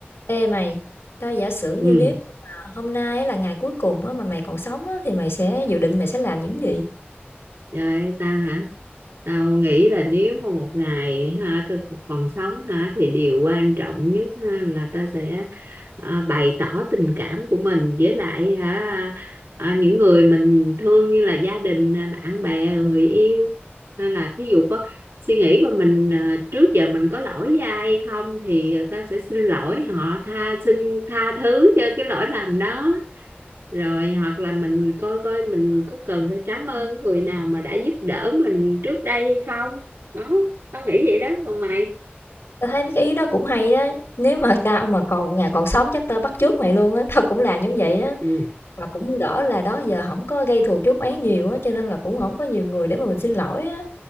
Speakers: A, on the left; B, on the right.
A: Ê mày, tao giả sử như
B: ừ
A: nếu mà hôm nay á là ngày cuối cùng á, mà mày còn sống á, thì mày sẽ dự định mày sẽ làm những gì?
B: rồi tao hả tao nghĩ là nếu mà một ngày ha tao còn sống hả thì điều quan trọng nhất ha, là tao sẽ à, bày tỏ tình cảm của mình với lại hả à, những người mình thương như là gia đình à, bạn bè rồi người yêu hay là thí dụ có suy nghĩ của mình à, trước giờ mình có lỗi với ai hay không thì tao sẽ xin lỗi họ tha xin tha thứ cho cái lỗi lầm đó rồi hoặc là mình coi coi mình có cần phải cảm ơn người nào mà đã giúp đỡ mình trước đây hay không đó tao nghĩ vậy đó còn mày
A: Tao thấy mấy cái ý đó cũng hay đó. Nếu mà tao mà còn một ngày còn sống chắc tao bắt chước mày luôn á, tao cũng làm giống vậy á.
B: ừ.
A: Mà cũng đỡ là đó giờ không có gây thù chuốc oán nhiều á, cho nên là cũng không có nhiều người để mà mình xin lỗi á.